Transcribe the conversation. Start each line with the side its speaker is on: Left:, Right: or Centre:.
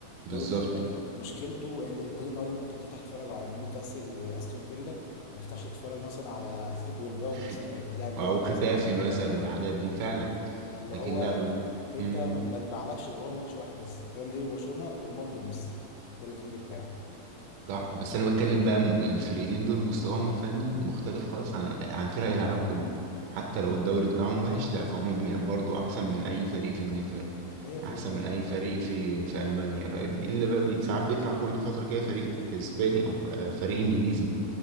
Right: بالظبط
Left: الدوري الاسباني مشكلته انت انت ليه النهارده ممكن تفتح تتفرج على نيوكاسل واستون فيلا وما تفتحش تتفرج مثلا على اتلتيكو بالباو
Right: خت-
Left: مثلا وهي بتلاعب ريال
Right: او
Left: بيتيس
Right: ختافي مثلا والحاجات دي فعلا
Left: فاللي
Right: لكن
Left: هو
Right: لا ب...
Left: انت
Right: مم.
Left: ما ما اتباعلكش غير هو ماتش واحد بس ريال مدريد وبرشلونه رونالدو وميسي ده اللي كان بيتباع
Right: صح
Left: لا
Right: بس انا بتكلم بقى م- الفرقتين دول مستواهم الفني مختلف خالص عن عن فرق العالم كله حتى
Left: ده
Right: لو الدوري بتاعهم وحش لا فهم بي- برضو احسن من اي فريق في انجلترا
Left: 100%
Right: احسن من
Left: طبعا
Right: اي فريق في في المانيا فاهم الا بقى بي... ساعات بيطلع كل فتره كده فريق اسباني او ف- آه، فريق انجليزي